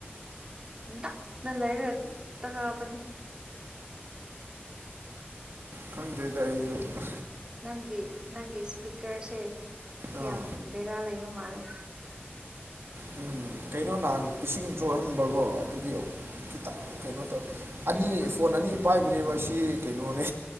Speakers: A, on the right; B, on the right.
A: ꯅꯥꯛꯅ ꯂꯩꯔꯦ ꯇꯥꯕꯅꯤ꯫
B: ꯈꯪꯗꯦꯗ ꯑꯩꯁꯨ ꯑꯁ꯫
A: ꯅꯪꯒꯤ ꯅꯪꯒꯤ ꯏꯁꯄꯤꯀꯔꯁꯦ
B: ꯑꯥ
A: ꯌꯥꯝ ꯕꯦꯔꯥ ꯂꯩꯕ ꯃꯥꯜꯂꯦ꯫
B: ꯎꯝ ꯀꯩꯅꯣ ꯅꯍꯥꯟ ꯏꯁꯤꯡ ꯆꯣꯠꯍꯟꯕꯔꯣ ꯑꯗꯨꯒꯤ꯫ ꯈꯤꯇ ꯀꯩꯅꯣ ꯇꯧ ꯑꯅꯤ
A: ꯎꯝ
B: ꯐꯣꯟ ꯑꯅꯤ ꯄꯥꯏꯕꯅꯦꯕ ꯁꯤ ꯀꯩꯅꯣꯅꯦ꯫